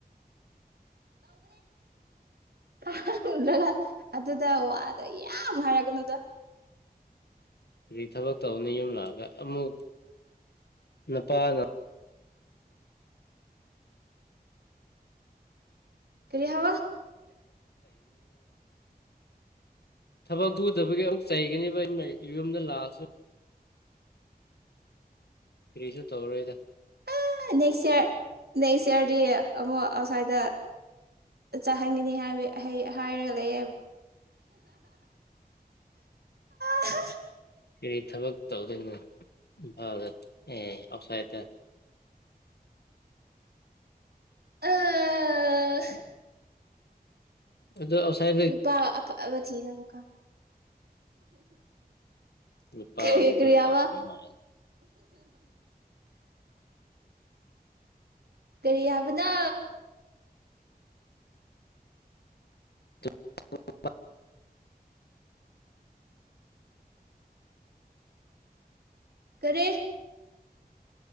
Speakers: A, on the right (about 75°); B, on the left (about 85°).
A: ꯇꯧꯕꯅꯦ꯭ꯔ ꯑꯗꯨꯗ ꯋꯥꯗ ꯌꯥꯝ ꯍꯥꯏꯔꯛꯀꯅꯨꯗ
B: ꯀ ꯊꯕꯛ ꯇꯧꯅ ꯌꯨꯝ ꯂꯥꯛꯑꯒ ꯑꯃꯨꯛ ꯅꯨꯄꯥꯅ
A: ꯀꯔꯤꯍꯋꯥ
B: ꯊꯕꯛ ꯇꯨꯗꯕꯒꯤ ꯑꯃꯨꯛ ꯆꯩꯒꯅꯦꯕ ꯌꯨꯝꯗ ꯂꯥꯛꯑꯁꯨ ꯀꯔꯤꯁꯨ ꯇꯧꯔꯣꯏꯗ
A: ꯑ ꯅꯦꯛꯁ ꯏꯌꯔ ꯅꯦꯛꯁ ꯏꯌꯥꯔꯗꯤ ꯑꯃꯨꯛ ꯑꯥꯎꯠꯁꯥꯏꯗ ꯆꯥꯍꯟꯒꯅꯤ ꯍꯥꯏꯕ ꯑꯩ ꯍꯥꯏꯔꯒ ꯂꯩ <unintelligible>
B: ꯐ ꯊꯕꯛ ꯇꯧꯗꯣꯏꯅꯤ ꯐ ꯑꯦ ꯑꯐꯁꯥꯏꯠꯇ
A: ꯑꯥ
B: ꯑꯗꯣ ꯑꯥꯎꯠꯁꯥꯏꯗꯠꯇ
A: ꯂꯨꯄꯥ ꯑꯕ ꯊꯤꯅꯕꯀꯥ
B: ꯅꯨꯄꯥꯕꯨꯗꯤ
A: ꯀ
B: ꯑꯗꯨꯝ
A: ꯀꯔꯤꯌꯥꯕ
B: ꯄꯥꯝ
A: ꯑ
B: ꯃꯥꯜꯂꯦ
A: ꯀꯔꯤ ꯍꯥꯏꯕꯅ
B: ꯎ <unintelligible>
A: ꯀꯔꯤ